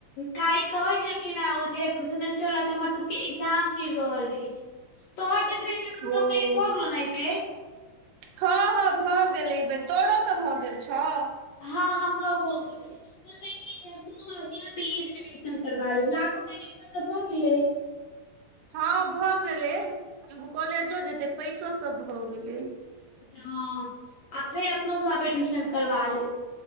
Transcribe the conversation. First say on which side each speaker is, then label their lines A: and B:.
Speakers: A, on the left; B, on the right.
A: काल्हि कहै छलखिन हे ओ जे सेमेस्टर लऽ के हमरसभके एक्जाम चलि रहल अछि तोहर तऽ ग्रेजुएशन
B: ओ
A: कम्प्टलिट भ गेलौ न एहि बेर
B: हँ हँ भऽ गेल एहि बेेर तोरो तऽ भऽ गेल छौ
A: हँ हमरो भ गेल छै तोहर भाय कहै जे हम दुनू आदमी आ बी एड मे एडमिशन करबा लेब लाखो के एडमिशन तऽ भ गेले
B: हँ भऽ गेलै आब कॉलेजो जेते पैसो सब भऽ गेलै
A: हँ आ फेर अपनो सब आब एडमिशन करबा लेब